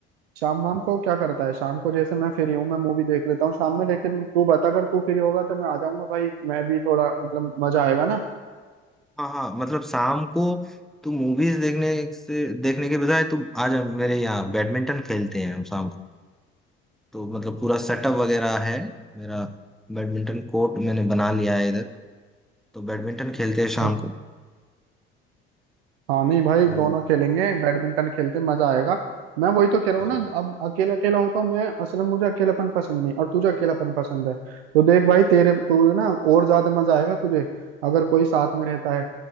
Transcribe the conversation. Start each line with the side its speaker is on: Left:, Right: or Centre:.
Right: शाम वाम
Centre: है
Right: को क्या करता है शाम को जैसे मैं फ्री हूँ मैं मूवी देख लेता हूँ शाम में लेकिन तू बता अगर तू फ्री होगा तो मैं आ जाऊंगा भाई मैं भी थोड़ा मतलब मजा आएगा
Centre: हाँ हाँ मतलब शाम को तू मूवीज देखने से देखने के बजाय तू आज मेरे यहाँ बैडमिंटन खेलते हैं हम शाम को तो मतलब पूरा सेटअप वगैरह है मेरा बैडमिंटन कोर्ट मैंने बना लिया है इधर तो बैडमिंटन खेलते हैं
Right: ना
Centre: शाम को
Right: हाँ नहीं भाई
Centre: तो
Right: दोनों खेलेंगे बैडमिंटन खेलते हैं, मजा आएगा मैं वही तो कह रहा
Centre: हाँ
Right: हूँ ना अब अकेला अकेला होता हूँ मैं असल में मुझे अकेलापन पसंद नहीं और तुझे अकेलापन पसंद है तो देख भाई तेरे तू ना और ज्यादा मजा आएगा तुझे अगर कोई साथ में रहता है